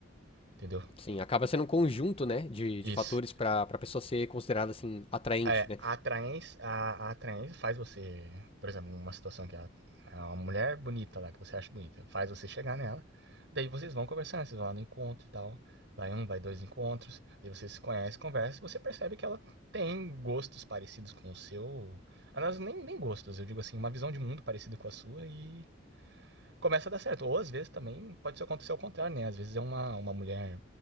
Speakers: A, on the right; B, on the left.
A: entendeu?
B: sim. Acaba sendo um conjunto, né, de,
A: Isso.
B: de fatores pra para pessoa ser considerada assim atraente,
A: É,
B: né?
A: a atraência, a, a atraência faz você, por exemplo, uma situação que é uma mulher bonita lá, que você acha bonita, faz você chegar nela, daí vocês vão conversando, vocês vão lá no encontro e tal, vai um, vai dois encontros, daí você se conhece, conversa, e você percebe que ela tem gostos parecidos com o seu, aliás, nem, nem gostos, eu digo assim, uma visão de mundo parecida com a sua e começa a dar certo, ou às vezes também pode acontecer ao contrário, né, às vezes é uma, uma mulher